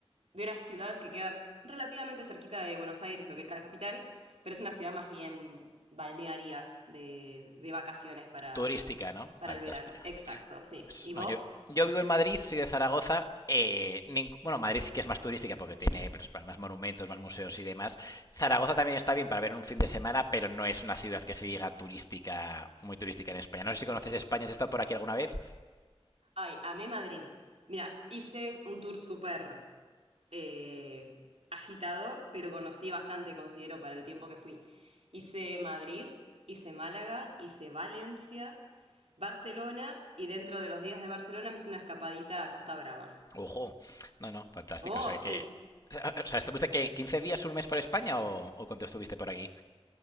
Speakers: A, on the right; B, on the left.
A: de una ciudad que queda relativamente cerquita de Buenos Aires, lo que es la capital, pero es una ciudad más bien balnearia de, de vacaciones para,
B: turística, ¿no?
A: para
B: Fantástico.
A: el verano. Exacto, sí.
B: Pues,
A: ¿Y
B: no,
A: vos?
B: yo, yo vivo en Madrid, soy de Zaragoza. eh, ning- bueno, Madrid sí que es más turística porque tiene pues, más monumentos, más museos y demás. Zaragoza también está bien para ver en un fin de semana, pero no es una ciudad que se diga turística, muy turística en España. No sé si conoces España, ¿has estado por aquí alguna vez?
A: Ay, amé Madrid. Mira, hice un tour súper eh, agitado, pero conocí bastante, considero, para el tiempo que fui. Hice Madrid, hice Málaga, hice Valencia, Barcelona y dentro de los días de Barcelona me hice una escapadita a Costa Brava.
B: Ojo, no, no, fantástico.
A: Oh,
B: O sea
A: sí.
B: que. O sea, ¿estuviste qué, 15 días, un mes por España o, o cuánto estuviste por aquí?